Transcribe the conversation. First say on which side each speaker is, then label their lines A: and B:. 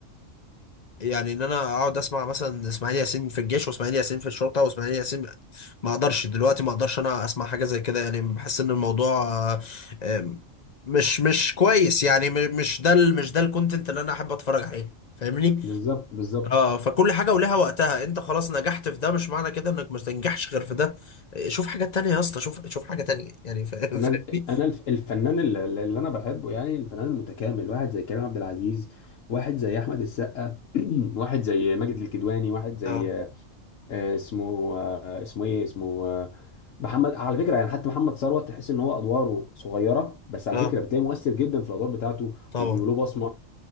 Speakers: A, on the left (about 45°); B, on the left (about 80°).
A: يعني ان انا اقعد اسمع مثلا اسماعيل ياسين في الجيش واسماعيل ياسين في الشرطه واسماعيل ياسين ما اقدرش دلوقتي ما اقدرش انا اسمع حاجه زي كده يعني بحس ان الموضوع آه، آم، مش مش كويس يعني م- مش ده ال- مش ده الكونتنت اللي انا احب اتفرج عليه فاهمني
B: بالظبط بالظبط
A: اه فكل حاجه ولها وقتها انت خلاص نجحت في ده مش معنى كده انك مش تنجحش غير في ده آه، شوف حاجات تانية يا اسطى شوف شوف حاجه تانية يعني فا-
B: انا
A: <laughs> فاهمني
B: الف- انا الف- الفنان اللي اللي انا بحبه يعني الفنان المتكامل واحد زي كريم عبد العزيز واحد زي احمد السقا <clears throat> واحد زي ماجد الكدواني واحد زي
A: اه
B: آه، اسمه آه، اسمه ايه اسمه آه، محمد على فكره يعني حتى محمد ثروت تحس ان هو ادواره صغيره بس على
A: اه
B: فكره بتلاقيه مؤثر جدا في الادوار بتاعته
A: طبعا
B: وبيقولوا بصمه